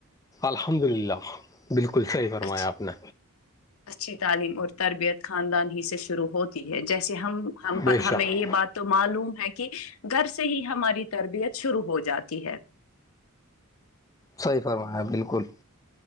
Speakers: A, on the left; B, on the left.
A: الحمد للہ بالکل صحیح فرمایا
B: اچ
A: آپ نے
B: اچھی تعلیم اور تربیت خاندان ہی سے شروع ہوتی ہے جیسے ہم
A: بے
B: ہمیں
A: شک
B: یہ بات تو معلوم ہے کہ گھر سے ہی ہماری تربیت شروع ہو جاتی ہے
A: صحیح فرمایا بالکل